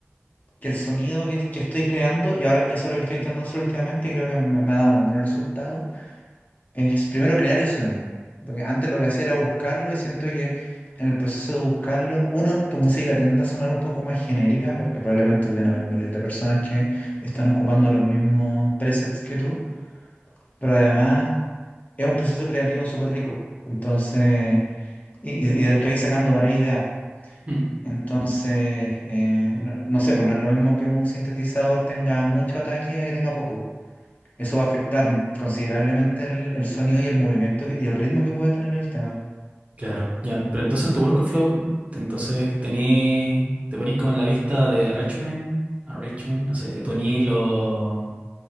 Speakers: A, on the left (about 35°); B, on the right (about 30°).
A: que el sonido que, que estoy creando, y ahora, y eso es lo que estoy intentando hacer últimamente, creo que me, me ha dado muy buen resultado, es primero crear el sonido. Porque antes lo que hacía era buscarlo y siento que en el proceso de buscarlo, uno, tu música tiende a sonar un poco más genérica, porque probablemente deben haber miles de personas que están ocupando los mismos presets que tú. Pero además es un proceso creativo súper rico. Entonces, y, y- y del que vais sacando varias ideas.
B: Mm,
A: Entonces, eh, no, no sé, pues no es lo mismo que un sintetizador tenga mucho ataque a que tenga poco. Eso va a afectar considerablemente el, el sonido y el movimiento que- y el ritmo que puede tener el tema.
B: Claro, ya. Pero entonces en tu workflow, te- entonces tení, te ponís como en la vista de arrangement, arrangement, no sé, poní los